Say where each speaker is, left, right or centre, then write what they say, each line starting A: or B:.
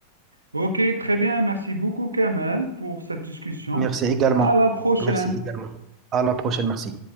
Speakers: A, on the right; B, on the right.
A: Ok, très bien. Merci beaucoup, Kamel, pour cette discussion.
B: Merci également.
A: À la prochaine.
B: Merci également. À la prochaine, merci.